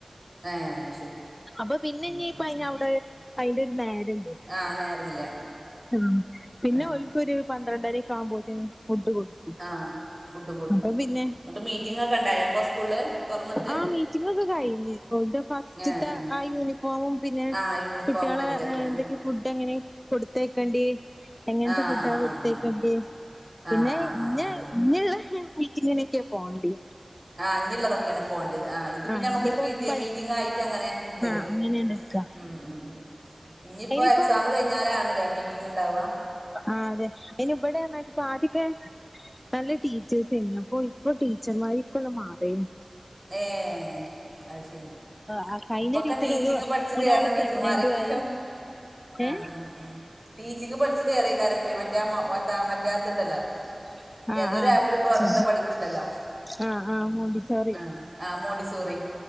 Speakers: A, on the right; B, on the left.
A: ഏഹ് അയ് ശരി.
B: അപ്പൊ പിന്നെഞ്ഞ്
A: ഉം ഉം
B: പ്പയ്നവ്ടെ
A: ഉം
B: അയ്ന്റൊര് നേരണ്ട്.
A: ആഹ് നേരല്ല
B: ആഹ്. പിന്നെ
A: ആഹ്
B: ഓൽക്കൊര് പന്ത്രണ്ടരക്കാവുമ്പോത്ത്ന് ഫുഡ് കൊടുക്കും.
A: ആഹ് ഫുഡും കൊടുക്കും
B: അപ്പൊ
A: ചെയ്യും
B: പിന്നെ
A: എന്നിട്ട് മീറ്റിംഗ് ഒക്കെ ഉണ്ടായ ഇപ്പോ സ്കൂളില് തുറന്നിട്ട്
B: ആഹ്. മീറ്റിങ്ങൊക്കെ കഴിഞ്ഞ്. ഫസ്റ്റ്ത്തെ
A: ഏഹ് ആഹ്
B: ആ യൂണിഫോമും പിന്നെ
A: ആഹ് യൂണിഫോമിന്റെ
B: കുട്ട്യാളെ
A: ഇതിലൊക്കെ
B: എന്തെ ഫുഡെങ്ങനെ കൊട്ത്തേക്കണ്ടി? എങ്ങൻത്തെ
A: ആഹ്
B: ഫുഡാ
A: ആഹ്
B: കൊട്ത്തേക്കണ്ടി?
A: ആഹ് ആഹ് ആഹ്
B: പിന്നെ
A: ആഹ് ആഹ്
B: ഇഞ്ഞ്
A: ആഹ് ആഹ് അതന്നെ
B: ഇഞ്ഞ്ള്ള മീറ്റിങ്ങിനൊക്കെ പോണ്ടി.
A: ആഹ്. ഞ്ഞ്ള്ളതൊക്കേണ് പോണ്ടത്. ആഹ് ഇത് പിന്നെ
B: ആ
A: അമ്മക്കൊര്
B: ഇനിയിപ്പോ
A: പി ടി
B: പ
A: എം മീറ്റിങ്ങായിറ്റങ്ങനെ ട്ത്തെരും.
B: ആ അങ്ങനെയാണ് എടുക്ക
A: ഉം ഉം. ഞ്പ്പൊ
B: ഇനിയിപ്പം
A: എക്സാം കഴിഞ്ഞാലാണ്ലെ മീറ്റിങ് ണ്ടാവാ.
B: ആഹ്. അതെ. അയ്ന് വടെർഞ്ഞാ ആദ്യൊക്കെ. നല്ല ടീച്ചേഴ്സെയ്നി. അപ്പൊ ഇപ്പൊ ടീച്ചർമാരിക്കൊല്ലം മാറീണ്.
A: ഏഹ് അയ് ശരി.
B: അത് കഴിഞ്ഞ
A: ഇപ്പൊക്കെ
B: ടീച്ചർ
A: ടീച്ചിങ്
B: ഒരു
A: പഠിച്ച് കേറ്ണ
B: ഒരാള്
A: ടീച്ചർമാരൊക്കെ.
B: പ്രഗ്നന്റും ആയി
A: ആഹ്.
B: ഏഹ്
A: ഉം ഉം. ടീച്ചിങ് പഠിച്ച് കേറെയ്ക്കാരപ്പെയ്. മറ്റേ മറ്റേ ആത്ണ്ടല്ലോ.
B: ആ
A: ഏതോ ഒരാപ്പില് പ്പൊ
B: ആ
A: ണ്ട് പഠിക്ക്‌ണ്ടല്ലോ.
B: ആഹ് ആഹ്. മോണ്ടിസോറി.
A: ഉം ആഹ്. മോണ്ടിസോറി.